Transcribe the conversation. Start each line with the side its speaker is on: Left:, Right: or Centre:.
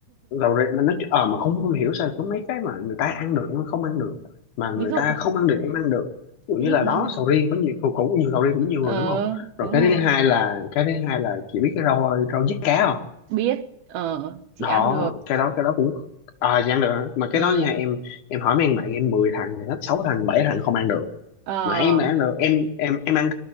Left: rau rẹ mà nó ờ mà không, không hiểu sao có mấy cái mà người ta ăn được em không ăn được mà người
Right: ví dụ
Left: ta không ăn được em ăn được ví dụ như
Right: ví dụ
Left: là
Right: món
Left: đó
Right: nào
Left: sầu riêng có nhiều cũng cũng nhiều sầu riêng cũng nhiều
Right: ờ
Left: người đúng không rồi
Right: đúng
Left: cái thứ
Right: rồi
Left: hai là cái thứ hai là chị biết cái rau rau diếp cá không
Right: biết ờ chị
Left: đó
Right: ăn được
Left: cái đó cái đó cũng à chị ăn được hả? mà cái
Right: ừ
Left: đó nha em em hỏi mấy anh bạn em 10 thằng thì hết 6 thằng 7 thằng không ăn được
Right: ờ
Left: mà em mà ăn được em em em ăn